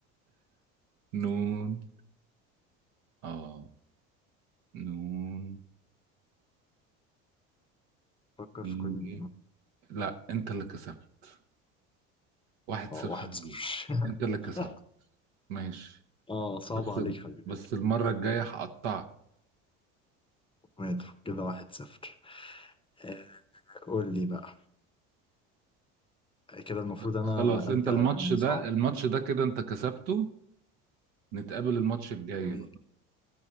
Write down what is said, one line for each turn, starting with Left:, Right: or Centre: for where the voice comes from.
Right: نون اه نون
Left: فكر في
Right: إيه.
Left: كل
Right: لا انت اللي كسبت واحد
Left: آه،
Right: صفر
Left: واحد صفر
Right: ليه
Left: <laughs>
Right: انت اللي كسبت ماشي
Left: اه صعب
Right: بس
Left: عليك خلي
Right: بس
Left: بالك
Right: المرة الجاية هقطعك
Left: مات كده واحد صفر آه، قول لي بقى كده المفروض انا
Right: خلاص
Left: ابدا
Right: انت الماتش
Left: اغني
Right: ده
Left: صح
Right: الماتش ده كده انت كسبته نتقابل الماتش الجاي
Left: جميل